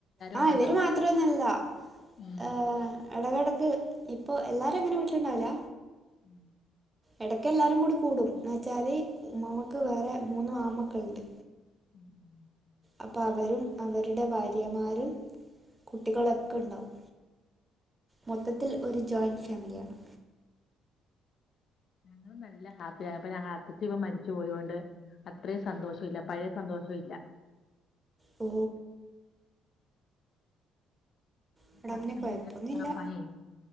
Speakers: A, on the right; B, on the left.
A: ആ
B: ഉണ്ടല്ലോ
A: ഇവര് മാത്രോന്നല്ല
B: ഉം
A: ഏഹ് എടകെടക്ക് ഇപ്പോഎല്ലാരേങ്ങനെ വീട്ടിലുണ്ടാവില്ല.
B: ഉ
A: എടക്കെല്ലാരും കൂടി കൂടും എന്ന്ച്ചാല് ഉമ്മാമാക്ക് വേറെ മൂന്നു ആൺമക്കളുണ്ട്.
B: ഉം ഉം
A: അപ്പം അവരും അവര്ടെ ഭാര്യമാരും കുട്ടികളൊക്കെണ്ടാവും മൊത്തത്തിൽ ഒരു ജോയിന്റ് ഫാമിലിയാണ്
B: ഞങ്ങളും നല്ല ഹാപ്പിയാണ് ഇപ്പ ഞങ്ങടെ <unintelligible> പ്പ മരിച്ചു പോയോണ്ട് അത്രേം സന്തോഷം ഇല്ല പഴയ സന്തോഷം ഇല്ല
A: ഓ ഇവിടെ
B: ഹസ്ബന്റിന്റെ
A: അങ്ങനെ കുഴപ്പമൊന്നുമില്ല
B: വാപ്പായെ